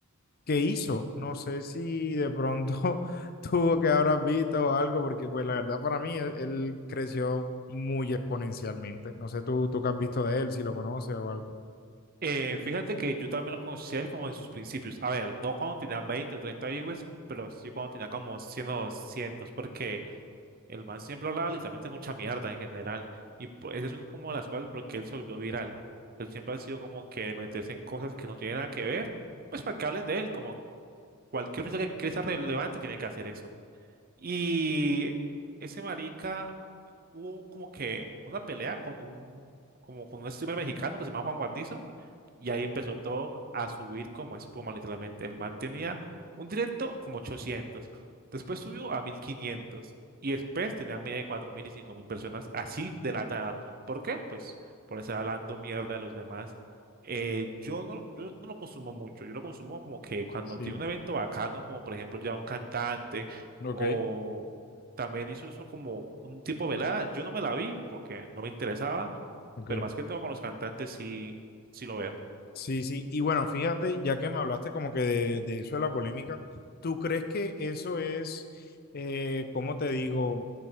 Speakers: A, on the left; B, on the right.
A: ¿qué hizo? No sé si de pronto <laughs> tuvo que habrás visto o algo, porque pues la verdad para mí él, él creció muy exponencialmente. No sé tú, tú qué has visto de él, si lo conoces o algo.
B: Eh, fíjate que yo también lo conocí a él como en sus principios. A ver, no cuando tenía 20 o 30 viewers, pero sí cuando tenía como 100 o 200, porque el man siempre hablaba literalmente mucha mierda en general. Y pues eso es una como de las cosas porque él se volvió viral. Él siempre ha sido como que meterse en cosas que no tienen nada que ver, pues para que hablen de él, como cualquier persona que quiera ser relevante tiene que hacer eso. Y ese marica hubo como que una pelea con un, como con un streamer mexicano que se llama Juan Guarnizo y ahí empezó todo a subir como espuma, literalmente. El man tenía un directo como 800. Después subió a 1500. Y después tenía media de 4000 y 5000 personas, así de la nada. ¿Por qué? Pues por estar hablando mierda de los demás. Eh, yo no, yo no lo consumo mucho. Yo lo consumo como que cuando
A: Sí,
B: tiene un evento bacano, como por ejemplo ya un cantante
A: ok,
B: o también hizo eso como un tipo velada. Yo no me la vi porque no me interesaba,
A: ok.
B: pero más que todo con los cantantes sí, sí lo veo.
A: Sí, sí. Y bueno, fíjate, ya que me hablaste como que de, de eso de la polémica, ¿tú crees que eso es, eh, cómo te digo,